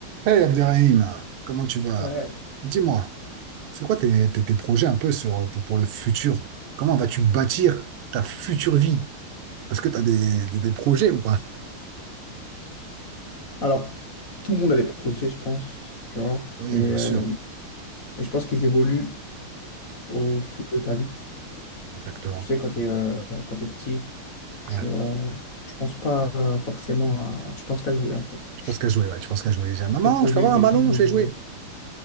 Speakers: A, on the right; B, on the left.
A: Hey Abderrahim, comment tu vas?
B: Ouais.
A: Dis-moi, c'est quoi tes, tes- tes projets un peu sur, pour, pour le futur? Comment vas-tu bâtir ta future vie? Est-ce que tu as des, des- des projets ou pas?
B: Alors, tout le monde a des projets, je pense, tu vois.
A: Oui,
B: Et, euh,
A: bien sûr,
B: et je pense qu'ils évoluent au fil de ta vie.
A: exactement.
B: Tu sais, quand tu es, quand t'es petit, tu
A: Ouais.
B: ne penses pas euh, forcément à... Tu penses qu'à jouer, en fait.
A: Je pense qu'à jouer, ouais, tu penses qu'à jouer. J'ai, maman,
B: Tes projets,
A: je peux avoir
B: c'est
A: un ballon,
B: juste de
A: je
B: jouer.
A: vais jouer.